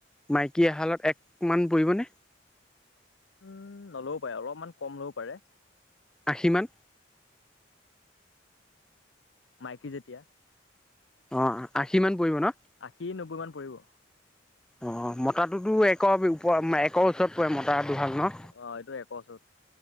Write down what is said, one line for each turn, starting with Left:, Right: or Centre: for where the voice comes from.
Centre: মাইকী এহালত একমান পৰিবনে?
Left: উম পাৰে অলপমান কম লবও পাৰে,
Centre: আশী মান
Left: মাইকী যেতিয়া
Centre: অ আশী মান পৰিব ন
Left: আশী নব্বৈ মান পৰিব।
Centre: অ মতাটোতো একৰ ওপৰত একৰ ওচৰত পৰে মতা দুহাল ন?
Left: অ এইটো একৰ ওচৰত।